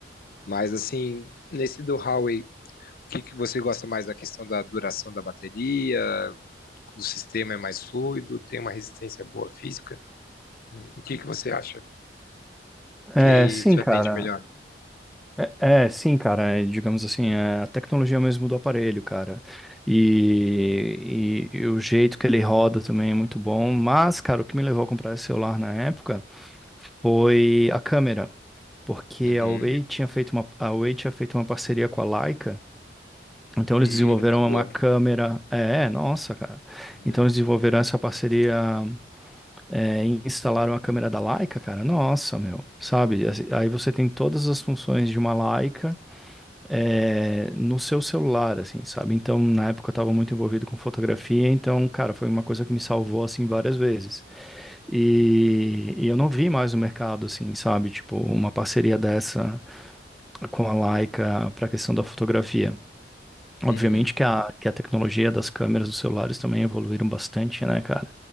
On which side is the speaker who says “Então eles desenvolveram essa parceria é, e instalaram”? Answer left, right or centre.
Centre